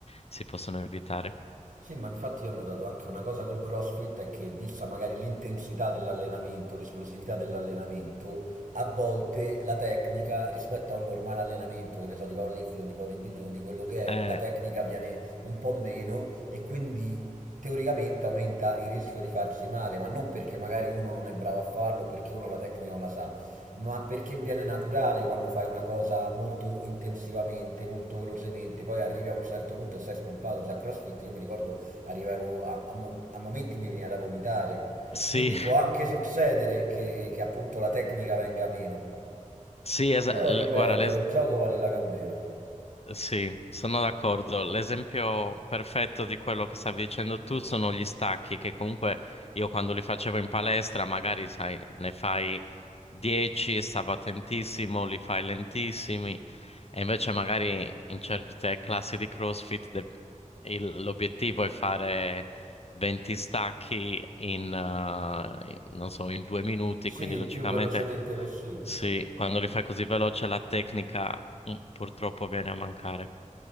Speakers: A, on the left; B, on the right.
A: si possono evitare.
B: sì, ma infatti io ho notato anche una cosa col CrossFit è che vista magari l'intensità dell'allenamento, l'esplosività dell'allenamento, a volte la tecnica rispetto a un normale allenamento, che ne so, di powerlifting, o di bodybuilding o di quello che
A: Eh,
B: è, la tecnica viene un po' meno e quindi teoricamente aumenta il rischio di farsi male, ma non perché magari uno non è bravo a farlo, perché uno la tecnica non la sa, ma perché viene naturale quando fai una cosa molto intensivamente, molto velocemente, poi arrivi a un certo punto e sei spompato, cioè a CrossFit io mi ricordo arrivavo a, a mo- a momenti mi veniva da vomitare,
A: sì,
B: quindi può anche succedere che, che appunto la tecnica venga meno,
A: <laughs> sì, esa-
B: però
A: l-
B: ripeto,
A: guarda, l'es-
B: il gioco vale la candela,
A: Sì, sono d'accordo. L'esempio perfetto di quello che stavi dicendo tu sono gli stacchi, che comunque io quando li facevo in palestra, magari sai, ne fai 10, stavo attentissimo, li fai lentissimi, e invece magari in certe classi di CrossFit de- il- l'obiettivo è fare 20 stacchi in, eh, in- non so, in due minuti,
B: sì,
A: quindi
B: il
A: logicamente.
B: più velocemente possibile.
A: Sì, quando li fai così veloce la tecnica mm, purtroppo viene a mancare.